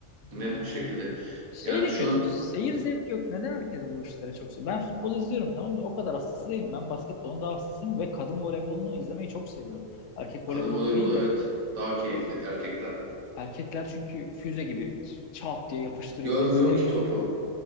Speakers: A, on the right; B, on the left.
A: Net
B: Yani.
A: bir şekilde.
B: Şey
A: Yani
B: de
A: şu
B: kötü.
A: an
B: Seyir zevki yok. Neden herkes bu işlere çok seviyor? Ben futbol izliyorum tamam da o kadar hastası değilim. Ben basketbolun daha hastasıyım ve kadın voleybolunu izlemeyi çok seviyorum. Erkek
A: kadın
B: voleybolu
A: voleybolu
B: değil de
A: evet daha keyifli
B: e,
A: erkekten.
B: erkekler çünkü füze gibi ç- çat diye yapıştırıyor.
A: Görmüyorsun
B: Hiç zev-
A: ki topu.